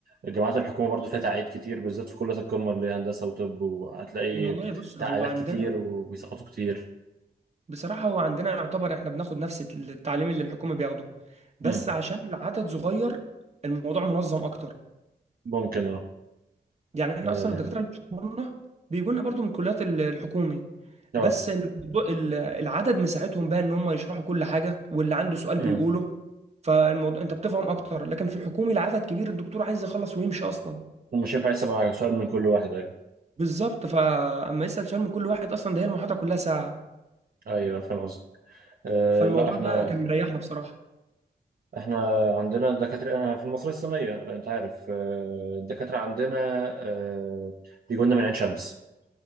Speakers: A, on the right; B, on the right.
A: جامعات الحكومة برضو فيها تعقيد كتير بالذات في كليات القمة اللي هي هندسة وطب وهتلاقي
B: والله بص
A: تعقيدات
B: هو عندنا
A: كتير وبيسقطوا كتير
B: بصراحة هو عندنا يعتبر إحنا بناخد نفس التعليم اللي الحكومة بياخده بس
A: مم.
B: عشان العدد صغير الموضوع منظم أكتر
A: ممكن أه
B: يعني احنا
A: أه
B: اصلا الدكاتره اللي بيشرحولنا بيجونا برضو من الكليات ال- الحكومي
A: آه.
B: بس الموضوع ال- العدد مساعدهم بقى ان هم يشرحوا كل حاجه واللي عنده سؤال بيقوله
A: مم.
B: فالموضوع انت بتفهم اكتر لكن في الحكومي العدد كبير الدكتور عايز يخلص ويمشي اصلا
A: ومش هينفع يسمع سؤال من كل واحد أيوه
B: بالظبط فاما يسال سؤال من كل واحد اصلا ده هي المحاضره كلها ساعه
A: أيوه فاهم قصدي آه،
B: فالموضوع
A: لا احنا
B: ده كان مريحنا بصراحه
A: احنا عندنا دكاترة انا في المصرية الصينية انت عارف آه، الدكاترة عندنا آه، بيجوا لنا من عين شمس